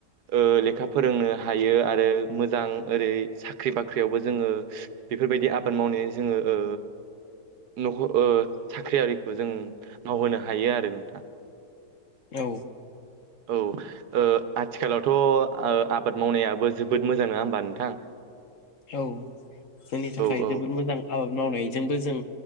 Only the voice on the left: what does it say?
औ
औ जोंनि थाखाय
जोबोद मोजां आबाद मावनायजोंबो जों